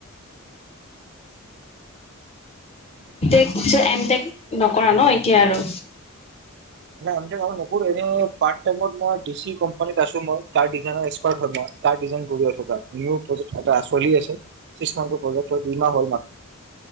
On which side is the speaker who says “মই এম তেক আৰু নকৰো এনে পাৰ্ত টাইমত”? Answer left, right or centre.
Right